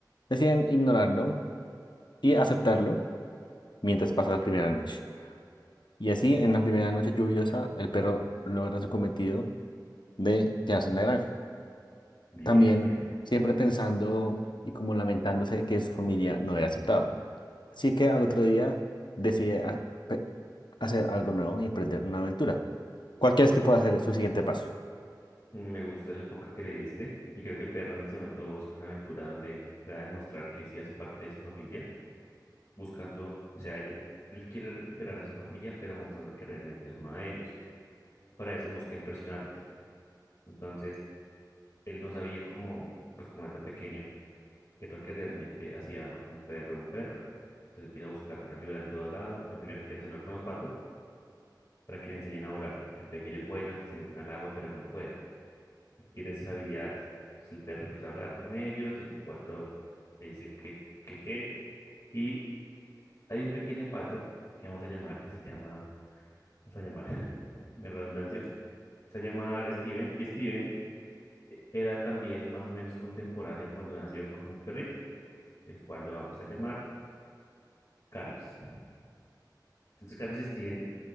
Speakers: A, on the left; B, on the left.
A: deciden ignorarlo y aceptarlo mientras pasa la primera noche. Y así, en la primera noche lluviosa, el perro logra su cometido de quedarse en la granja.
B: Bien,
A: También
B: bien.
A: siempre pensando y como lamentándose que su familia no era aceptado. Así que al otro día decide ha- pe- hacer algo nuevo y emprender una aventura. ¿Cuál crees que pueda ser su siguiente paso?
B: Me gusta el enfoque que le diste y creo que el perro en este momento busca una aventura donde pueda demostrar que sí hace parte de su familia, buscando, o sea, él él quiere recuperar a su familia, pero mostrando que realmente es uno de ellos. Para eso busca impresionarlos. Entonces, él no sabía cómo, pues como era tan pequeño, qué es lo que realmente hacía un perro un perro. Entonces empieza a buscar ayuda en todos lados. Lo primero que hace es hablar con los patos para que le enseñen a volar, porque él ve que ellos vuelan, que se meten al agua, pero él no puede, tiene esas habilidades. Entonces el perro empieza a hablar con ellos, el pato le dice que, que, que, que, y hay un pequeño pato que vamos a llamar, que se llama, vamos a llamar, <laughs> me redundancia, se llama Steven, y Steven era también más o menos contemporáneo cuando nació con el perrito, el cual lo vamos a llamar Carlos. Entonces Carlos y Steven